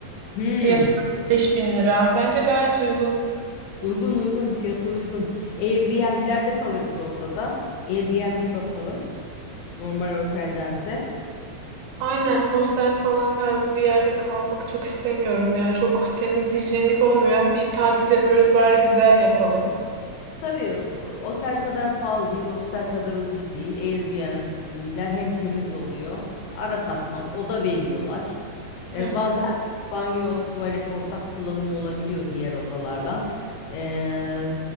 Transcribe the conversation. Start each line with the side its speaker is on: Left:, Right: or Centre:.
Left: Hmm,
Right: Fiyatı 5000 lira. Bence gayet uygun.
Left: uygun uygun fiyata uygun. Airbnb'lerde kalırız orada da. Airbnb bakalım normal oteldense.
Right: Aynen hostel falan tarzı bir yerde kalmak çok istemiyorum ya. Çok temiz hijyenik olmuyor. Bir tatil yapıyoruz bari güzel yapalım.
Left: Tabii o- otel kadar pahalı değil, hostel kadar ucuz değil. Airbnb'ler hem temiz oluyor, ara katman, oda veriyorlar. Ee,
Right: Hı hı.
Left: bazen banyo, tuvalet ortak kullanım olabiliyor diğer odalarla. Ee,